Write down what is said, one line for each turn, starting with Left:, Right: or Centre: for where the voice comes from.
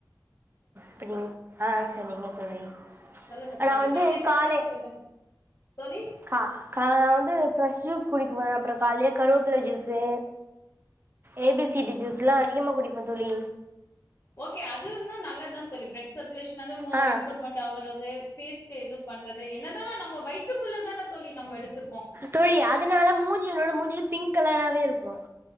Right: ப்ப னீங் அ செரிங்க தோழி
Left: சொல்லுங்க தோழி
Right: நா வந்து
Left: நானேதா
Right: காலை
Left: பேசிட்ருக்க தோழி தோழி
Right: கா கா வந்து ஃப்ரெஷ் ஜூஸ் குடிக்குவ அப்புறோ கால்லியே கருவேப்புல juice A B C D ஜூஸ்லா அதிகமா குடிப்பந் தோழி
Left: ஓகே அது இன்னு நல்லதாந்தோழி ப்ளட் சர்க்குலேஷனது மு
Right: ஆ
Left: இம்ப்ரூமண்ட் டாவறது பேஸ்ட்டு எது பண்றது என்னதானு நம்ப வயத்துக்குள்ளதான தோழி நம்ப எடுத்துருக்கோ
Right: தோழி அதுனால மூஞ்சி என்னோட மூஞ்சி பிங்க் கலராவே இருக்கும்